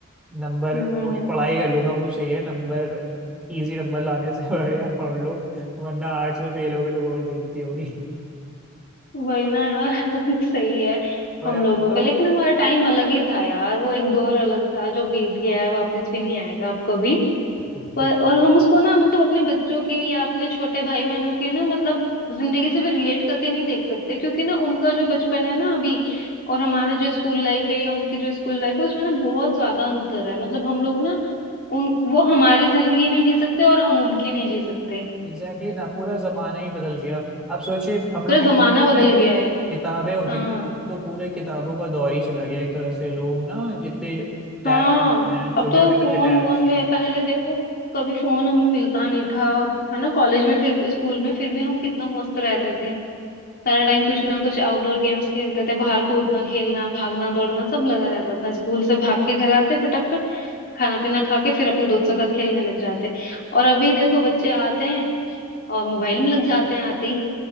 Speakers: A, in the centre; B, on the left.
A: नंबर
B: हम्म
A: थोड़ी पढ़ाई कर लूंगा वो सही है नंबर इजी नंबर लाने से <laughs> बढ़िया पढ़ लो वरना आर्ट्स में फेल हो गए तो बहुत बेइज्जती होगी
B: वही ना यार <laughs> सही है
A: और
B: हम
A: अब
B: लोगों
A: तो
B: का लेकिन हमारा टाइम अलग ही था यार वो एक दौर अलग था जो बीत गया है वापस भी नहीं आएगा अब कभी
A: बिल्कुल
B: पर और हम उसको ना मतलब अपने बच्चों की या अपने छोटे भाई बहनों की ना मतलब जिंदगी से भी रिलेट करके नहीं देख सकते क्योंकि ना उनका जो बचपन है ना अभी और हमारा जो स्कूल लाइफ है या उनकी जो स्कूल लाइफ है उसमें ना बहुत ज्यादा अंतर है मतलब हम लोग ना उन वो हमारी जिंदगी नहीं जी सकते और हम उनकी नहीं जी सकते
A: एग्जैक्टली exactly ना पूरा जमाना ही बदल गया आप सोचिए हम
B: पूरा
A: लोग के ज़माने
B: जमाना बदल
A: में
B: गया है
A: किताबें होती
B: हाँ
A: थी अब तो पूरे किताबों का दौर ही चला गया एक तरह से लोग ना कितने टैब
B: हाँ
A: हैं छोटे
B: अब तो
A: छोटे
B: फोन
A: बच्चे टैब्स
B: वोन में पहले देखो कभी फोन हमें मिलता नहीं था है ना कॉलेज में फिर भी स्कूल में फिर भी हम कितना मस्त रहते थे सारा टाइम कुछ ना कुछ आउटडोर गेम्स खेलते थे बाहर कूदना खेलना भागना दौड़ना सब लगा रहता था स्कूल से भाग के घर आते फटाफट खाना पीना खा के फिर अपने दोस्तों के साथ खेलने लग जाते और अभी देखो बच्चे आते हैं और मोबाइल में लग जाते हैं आते ही